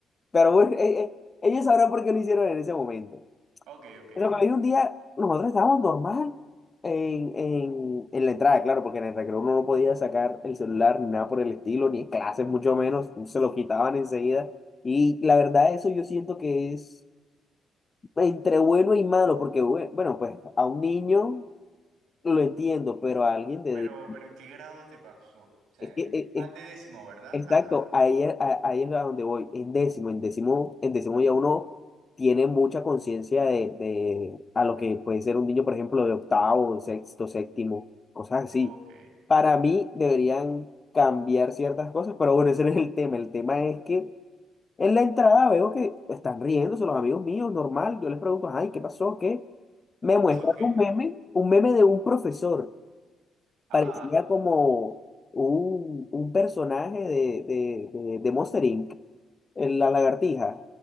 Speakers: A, on the left; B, on the right.
A: Pero bueno, eh, eh, ellos sabrán por qué lo hicieron en ese momento.
B: Ok, ok.
A: Pero hay un día, nosotros estábamos normal en, en, en la entrada, claro, porque en el recreo uno no podía sacar el celular ni nada por el estilo, ni en clases mucho menos, se lo quitaban enseguida. Y la verdad, eso yo siento que es entre bueno y malo, porque bue- bueno, pues a un niño lo entiendo, pero a alguien de...
B: Pero, pero ¿en qué grado te pasó? O sea,
A: Es que,
B: ¿de qué?
A: es, es-
B: Ah, de décimo, ¿verdad?
A: Exacto,
B: Ajá.
A: ahí, es- a- ahí es a donde voy. En décimo, en décimo, en décimo ya uno tiene mucha conciencia de, de a lo que puede ser un niño, por ejemplo, de octavo, sexto, séptimo, cosas así.
B: Ok,
A: Para mí deberían cambiar ciertas cosas, pero bueno, ese no es el tema. El tema es que en la entrada veo que están riéndose los amigos míos, normal. Yo les pregunto, ay, ¿qué pasó? ¿Qué? Me muestran
B: <laughs> ok.
A: un meme, un meme de un profesor.
B: Ah,
A: Parecía como un, un personaje de, de, de, de Monster Inc., el- la lagartija.